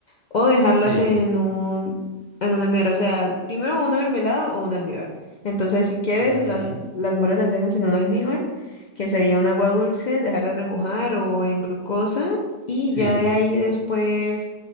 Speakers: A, on the left; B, on the left.
A: o dejarlas
B: Sí,
A: en un en un almíbar, o sea, primero una mermelada o un almíbar. Entonces, si quieres,
B: ujú,
A: las las moras las dejas en un almíbar, que sería un agua dulce, dejarlas remojar o en glucosa y
B: sí,
A: ya de ahí después